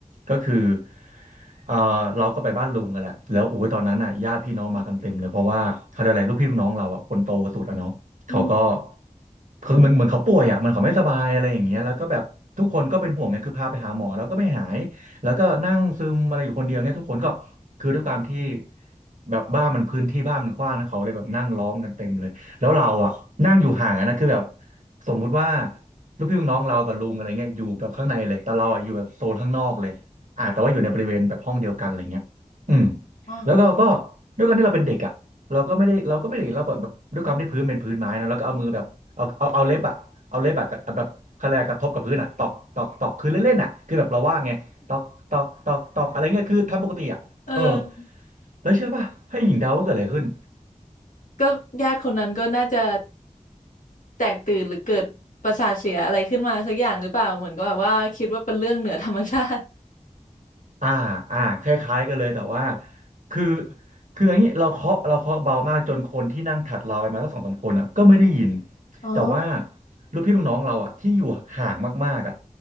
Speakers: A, on the right; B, on the left.
A: ก็คือเออเราก็ไปบ้านลุงกันแหละแล้วโอ้ยตอนนั้นอ่ะญาติพี่น้องมากันเต็มเลยเพราะว่าเขาเรียกอะไรลูกพี่ลูกน้องเราอ่ะคนโตสุดอ่ะเนาะเขาก็
B: อืม
A: คือเหมือนเหมือนเขาป่วยอ่ะเหมันเขาไม่สบายอะไรอย่างเงี้ยแล้วก็แบบทุกคนก็เป็นห่วงไงคือพาไปหาหมอแล้วก็ไม่หาย แล้วก็นั่งซึมอะไรอยู่คนเดียวเงี้ยทุกคนก็คือด้วยความที่แบบบ้านมันพื้นที่บ้านมันกว้างนะเขาเลยแบบนั่งล้อมกันเต็มเลยแล้วเราอ่ะนั่งอยู่ห่างอะนะคือแบบสมมุติว่าลูกพี่ลูกน้องเรากับลุงอะไรเงี้ยอยู่แบบข้างในเลยแต่เราอ่ะอยู่แบบโซนข้างนอกเลยอ่าแต่ว่าอยู่ในบริเวณแบบห้องเดียวกันอะไรเงี้ยอืม
B: อ๋อ
A: แล้วก็ก็ด้วยการที่เราเป็นเด็กอ่ะเราก็ไม่ได้เราก็ไม่ได้เราก็แบบด้วยความที่พื้นเป็นพื้นไม้นะแล้วก็เอามือแบบเอาเอาเอาเล็บอ่ะเอาเล็บแบบแบบคลากระทบกับพื้นอ่ะตอกตอกตอกคือเล่นๆอ่ะคือแบบเราว่างไง ตอกตอก ตอก ตอก อะไรเงี้ยคือทำปกติอ่ะเออ
B: เออ
A: แล้วเชื่อป่ะ ให้หญิงเดาว่าเกิดอะไรขึ้น
B: ก็ญาติคนนั้นก็น่าจะแตกตื่นหรือเกิดประสาทเสียอะไรขึ้นมาสักอย่างหรือเปล่าเหมือนก็แบบว่าคิดว่าเป็นเรื่องเหนือธรรมชาติ
A: อ่าอ่าคล้ายๆกันเลยแต่ว่าคือคืออย่างนี้เราเคาะเราเคาะเบามากจนคนที่นั่งถัดเราไปมาสักสองสามคนอ่ะก็ไม่ได้ยิน
B: อ๋อ
A: แต่ว่าลูกพี่ลูกน้องเราอ่ะที่อยู่ห่างมากๆอ่ะ